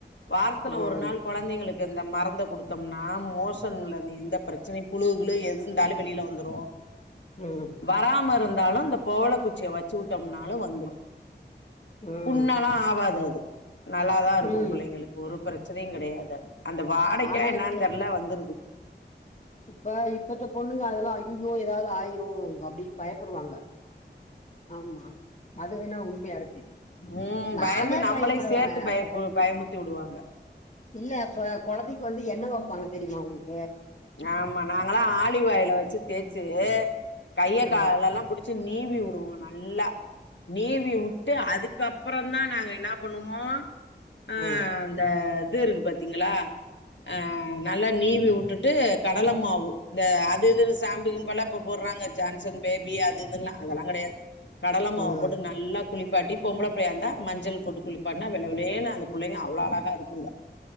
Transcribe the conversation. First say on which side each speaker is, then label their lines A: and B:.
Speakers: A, on the left (about 85°); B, on the left (about 40°).
A: வாரத்ல
B: ம்
A: ஒரு நாள் குழந்தைங் களுக்கு இந்த மருந்த குடுத்தோம்னா மோசம்ல எந்த பிரச்சனையு புழு கிழு எது இருந்தாலு வெளில வந்துரு
B: ம்
A: வராம இருந்தாலு இந்த போவள குச்சிய வச்சு உட்டாம்லு வந்துரு
B: ம்
A: புண்ணலா ஆவது அது நல்லாதா இருக்கு
B: ம்
A: புள்ளைங்களுக்கு ஒரு ப்ரச்சனையு கெடையாது அது அந்த வாடைக்கா
B: ஆனா
A: என்னானு
B: இப்ப
A: தெர்லா வந்துருது
B: இப்ப இப்பத்த பொண்ணுங்க அதெல்லா அய்யுயோ ஏதாது ஆயிரு கோ அப்டி பயப்புடுவாங்க ஆமா அதுவேனா உண்மையா இருக்கு
A: ம்
B: நானே
A: பயந்து நம்பளையு
B: பயப்படுவேங்க
A: சேத்து பயப்பு பயமுத்திவுடுவாங்க
B: இல்ல அப்ப கொழந்தைக்கு வந்து எண்ண வைப்பாங்க தெரியுமா உங்களுக்
A: ஆமா நாங்களா ஆலிவ் ஆயில வச்சு தேச்சு கைய
B: ஆ
A: காலேல்லா புடிச்சு நீவி உடுவோ நல்லா நீவி உட்டு அதுக்கப்றோ தா நாங்க என்னா பண்ணுவோ ஆ
B: ம்
A: அந்த இது இருக்கு பாத்தீங்களா அ நல்லா நீவிவுட்டு ட்டு கடல மாவு இந்த அது இதுன்னு சாம்பு கீம்புலா இப்ப போட்றாங்க ஜான்சன் பேபி அது இதுன்லா அதெல்லா கடையாது கடல மாவ்
B: ம்
A: போட்டு நல்லா குளிப் பாட்டி பொம்பள புள்ளயாருந்தா மஞ்சள் போட்டு குளிப்பாட்ணா வெள்ள வெள்ளேர்னு அந்த புள்ளைங்க அவ்ளோ அழகா இருக்குங்க